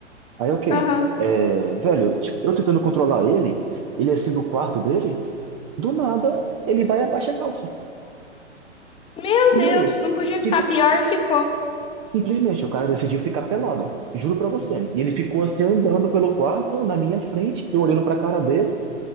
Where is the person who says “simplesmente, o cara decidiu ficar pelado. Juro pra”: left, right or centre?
Right